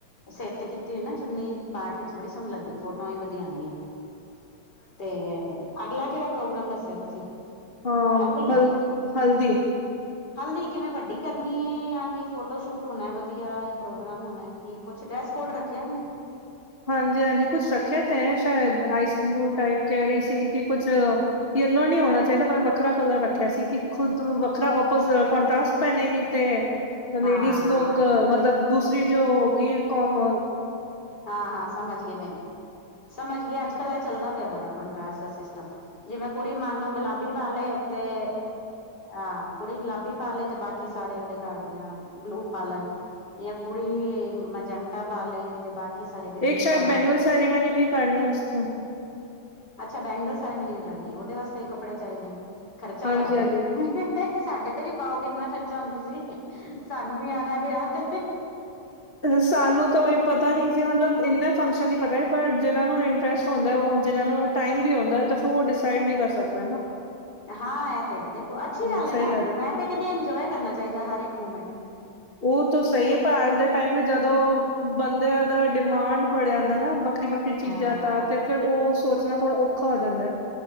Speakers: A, on the left (about 45°); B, on the left (about 25°).
A: ਉਹ ਸਿਰ ਤੇ ਕੀਤੀ ਹੋਈ ਨਾ ਚੁੰਨੀ ਪ ਪਾਠ ਵਿੱਚ ਬੜੀ ਸੋਹਣੀ ਲੱਗਦੀ ਫੋਟੋਆਂ, ਵੀ ਵਧੀਆ ਆਦੀਆਂ। ਤੇ ਅਗਲਾ ਕਿਹੜਾ ਪ੍ਰੋਗਰਾਮ ਦੱਸਿਆ ਤੁਸੀਂ?
B: ਹਾਂ
A: ਹਲਦੀ
B: ਹਲ ਹਲਦੀ,
A: ਹਲਦੀ ਕਿਵੇਂ ਵੱਡੀ ਕਰਨੀ ਹੈ, ਜਾਂ ਕਿ ਫੋਟੋ ਸ਼ੂਟ ਹੋਣਾ ਵਧੀਆ ਜਾਂ ਪ੍ਰੋਗਰਾਮ ਹੋਣਾ ਕਿ ਕੁਛ ਡਰੈਸ ਕੋਡ ਰੱਖਿਆ ਉਹਨੇ
B: ਹਾਂਜੀ-ਹਾਂਜੀ, ਕੁਛ ਸ਼ਖਿਅਤ ਹੈ, ਸ਼ਾਇਦ ਆਈਸ ਬਲੂ ਟਾਈਪ ਕਹਿ ਰਹੀ ਸੀ ਕਿ ਕੁਛ ਯੋਲੋ ਨੀ ਹੋਣਾ ਚਾਹੀਦਾ, ਵੱਖਰਾ ਕਲਰ ਰੱਖਿਆ ਸੀ, ਕਿ ਖੁਦ ਵੱਖਰਾਓੋ ਕੋਂਟਸਟ ਪਹਿਨੇਗੀ ਤੇ ਲੇਡੀਜ਼
A: ਹਾਂ
B: ਲੋਕ ਮਤਲਬ ਦੂਸਰੀ ਜੋ ਹੋਗੀ ਕਮ
A: ਹਾਂ-ਹਾਂ, ਸਮਝ ਗਏ ਮੈਂ, ਸਮਝ ਗ ਗਿਆਏ ਅੱਜ ਕੱਲ ਇਹ ਚੱਲਦਾ ਪਿਆ ਬੜਾ ਕੰੋਂਟਰੈਸਟ ਦਾ ਸਿਸਟਮ ਜਿਵੇਂ ਕੁੜੀ ਮੰਨ ਲਓ, ਗੁਲਾਬੀ ਪਾ ਲਏ ਤੇ, ਹਾਂ ਕੁੜੀ ਗੁਲਾਬੀ ਪਾ ਲੇ ਤੇ ਬਾਕੀ ਸਾਰੇ ਉਹਦੇ ਘਰ ਦੀਆਂ ਬਲੂ ਪਾਲਣ ਜਾਂ ਕੁੜੀ ਮਜੰਟਾ ਪਾ ਲੇ ਤੇ ਬਾਕੀ, ਸਾਰੇ ਗ੍ਰੀਨ
B: ਇੱਕ ਸ਼ਾਇਦ
A: ਪਾ ਲੈਣ
B: ਬੈਂਗੁਲ ਸੈਰੀਮਨੀ ਵੀ ਕਰਨੀ ਉਸਦੇ,
A: ਅੱਛਾ ਬੈਂਗਲ ਸੈਰੇਮੈਨੀ ਵੀ ਕਰਨੀ, ਉਹਦੇ ਵਾਸਤੇ ਕੱਪੜੇ ਚਾਹੀਦੇ ਨੇ ਖਰਚਾ
B: ਹਾਂਜੀ-ਹਾਂਜੀ।
A: ਬੜਾ ਬਾਈ ਸਾਡੇ ਤੇ ਵੀ ਪਾਓਗੇ, ਇੰਨਾ ਖਰਚਾ ਹੁਣ ਤੁਸੀਂ ਸਾਨੂੰ ਵੀ ਆਣਾ ਵਿਆਹ ਤੇ,
B: ਸਾਨੂੰ ਤਾਂ ਪਤਾ ਨਹ ਸੀ ਮਤਲਬ ਇੰਨੇ ਫੰਕਸ਼ਨ ਨਹੀਂ ਪਤਾ ਸੀ ਪਰ ਜਿਹਨਾਂ ਨੂੰ ਇੰਟਰਸਟ ਹੁੰਦਾ ਉਹ ਜਿਹਨਾਂ ਨੂੰ ਟਾਈਮ ਵੀ ਆਦਾ ਹੈ, ਫਿਰ ਉਹ ਡਿਸਾਈਡ ਵੀ ਕਰ ਸਕਦਾ ਨਾ
A: ਹਾਂ ਇਹ ਤੇ ਹੈ ਦੇਖੋ ਅੱਛੀ
B: ਹੂੰ
A: ਗੱਲ
B: ਸਹੀ
A: ਹੈ, ਨਾ
B: ਐ।
A: ਮੈਂ ਤੇ ਕਹਿੰ ਇੰਜੋਏ ਕਰਨਾ ਚਾਹੀਦਾ ਹਰ ਇੱਕ ਮੂਮੈਂਟ
B: ਉਹ ਤਾਂ ਸਹੀ ਹੈ, ਪਰ ਅੱਜ ਦੇ ਟਾਈਮ ਵੀ ਜਦੋਂ ਬੰਦਿਆਂ ਦਾ ਡਿਮਾਂਡ ਬੜਿਆ ਜਾਂਦਾ ਨਾ। ਵੱਖਰੀ ਵੱਖਰੀ ਚੀਜ਼ਾਂ
A: ਹਾਂ
B: ਤ ਤੇ ਫੇਰ ਉਹ ਸੋਚਣਾ ਥੋੜਾ ਔਖਾ ਹੋ ਜਾਂਦਾ।